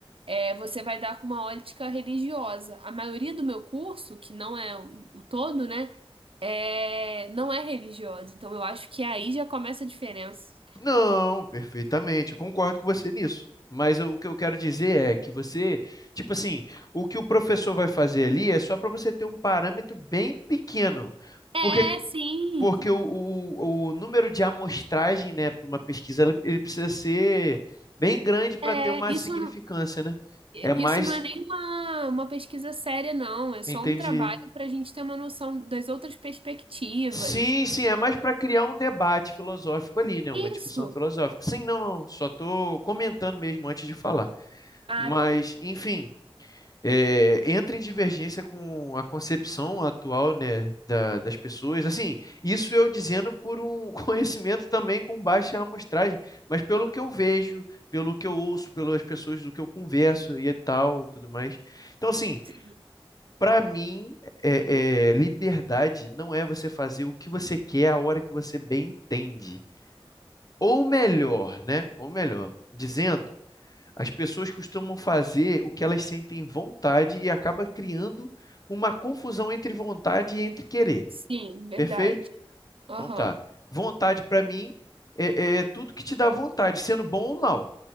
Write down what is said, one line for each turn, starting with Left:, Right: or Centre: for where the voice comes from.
Right: é, você vai dar com uma ótica religiosa. A maioria do meu curso, que não é o o todo, né? É... Não é religiosa. Então, eu acho que aí já começa a diferença.
Left: Não, perfeitamente, eu concordo com você nisso. Mas eu- o que eu quero dizer é que você, tipo assim, o que o professor vai fazer ali é só para você ter um parâmetro bem pequeno.
Right: É,
Left: Porque,
Right: sim.
Left: porque o, o, o número de amostragem, né, para uma pesquisa, ele ele precisa ser bem grande para
Right: É,
Left: ter uma
Right: isso,
Left: significância,
Right: não-
Left: né?
Right: isso
Left: É mais,
Right: não é nem uma, uma pesquisa séria, não. É só
Left: entendi.
Right: um trabalho para a gente ter uma noção das outras perspectivas.
Left: Sim, sim, é mais para criar um debate filosófico ali, né? Uma discussão
Right: Isso.
Left: filosófica. Sim, não, não, só estou comentando mesmo antes de falar.
Right: Ah,
Left: Mas,
Right: tá.
Left: enfim. é, entra em divergência com a concepção atual, né, da- das pessoas. Assim, isso eu dizendo por um <laughs> conhecimento também com baixa amostragem, mas pelo que eu vejo, pelo que eu ouço, pelas pessoas do que eu converso e tal, tudo mais. Então, assim,
Right: Sim.
Left: para mim, é, é, liberdade não é você fazer o que você quer a hora que você bem entende. Ou melhor, né? Ou melhor, dizendo as pessoas costumam fazer o que elas sentem vontade e acaba criando uma confusão entre vontade e entre querer.
Right: Sim, verdade.
Left: Perfeito?
Right: Aham.
Left: Então tá. Vontade para mim é, é tudo que te dá vontade, sendo bom ou mal.